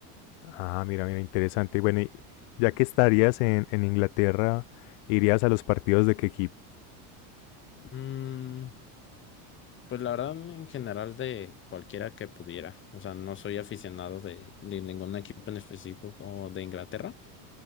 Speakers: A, on the left; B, on the left.
A: Ah, mira, mira, interesante. Bueno, y ya que estarías en, en Inglaterra, ¿irías a los partidos de qué equipo?
B: Mm, pues la verdad, en general de cualquiera que pudiera. O sea, no soy aficionado de, de ningún equipo en específico de Inglaterra.